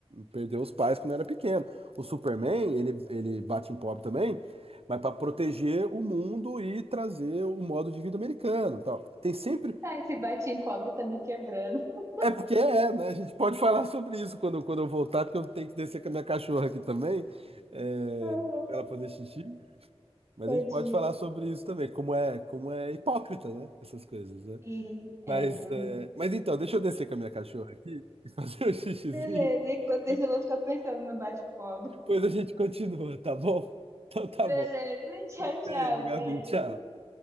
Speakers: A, on the right (about 70°); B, on the right (about 30°).
A: perdeu os pais quando era pequeno. O Superman, ele, ele bate em pobre também, mas para proteger o mundo e trazer o modo de vida americano, e tal. Tem sempre
B: Ai, esse batim pobre tá me quebrando. <laughs>
A: é porque é, né? A gente pode falar sobre isso quando, quando eu voltar, porque eu tenho que descer com a minha cachorra aqui também, é,
B: Uhum.
A: para ela fazer xixi. Mas
B: Tadinha.
A: a gente pode falar sobre isso também, como é, como é hipócrita, né? Essas coisas, né?
B: Sim,
A: Mas,
B: é, realmente.
A: é, mas então, deixa eu descer com a minha cachorra aqui <laughs> e fazer um xixizinho
B: Beleza, enquanto isso
A: e
B: eu vou ficar pensando no bate-pobre.
A: depois a gente continua, tá bom? Então tá
B: Beleza,
A: bom.
B: tchau, tchau,
A: Beijo, Gabi.
B: beijo.
A: Tchau.